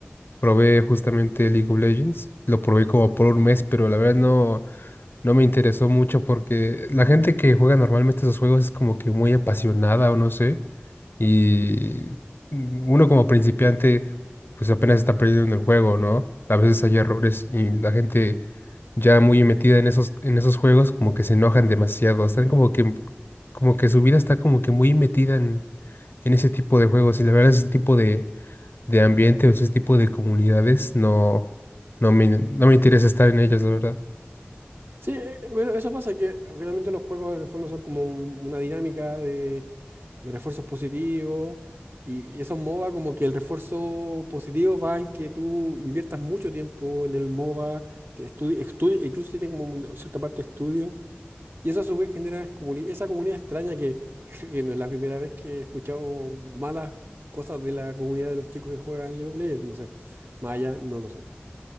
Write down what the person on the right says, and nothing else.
Sí, eh, eh, bueno, eso pasa que finalmente los juegos en el fondo son como un- una dinámica de refuerzos positivos. Y esos MOBA, como que el refuerzo positivo va en que tú inviertas mucho tiempo en el MOBA, te estudi- estudi- incluso tiene como una cierta parte de estudio. Y eso a su vez genera comuni- esa comunidad extraña que, <laughs> yo creo que no es la primera vez que he escuchado malas cosas de la comunidad de los chicos que juegan League of Legends, no sé. Más allá, no lo sé.